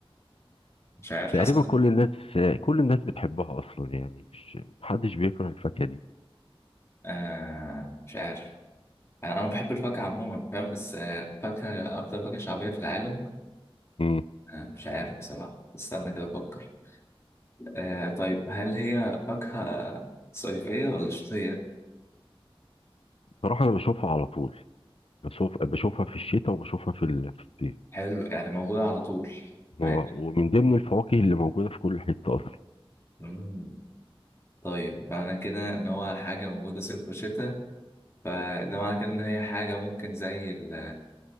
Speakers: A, on the left; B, on the left.
A: مش عارف
B: تقريبا
A: حاسس
B: كل الناس كل الناس بتحبها اصلا يعني مش محدش بيكره الفاكهه دي
A: آه مش عارف انا انا بحب الفاكهة عموما فاهم بس آه، فاكهة اكتر فاكهة شعبية في العالم
B: امم
A: آه مش عارف بصراحة استنى كده افكر آه طيب هل هي فاكهة صيفية ولا شتوية
B: بصراحه انا بشوفها على طول بشوف بشوفها في الشتاء وبشوفها في ال- في الصيف
A: حلو يعني موجودة على طول ماشي
B: و- ومن ضمن الفواكه اللي موجوده في كل حته اصلا
A: مم. طيب معنى كده إن هو حاجة موجودة صيف وشتاء فده معنى كده إن هي حاجة ممكن زي ال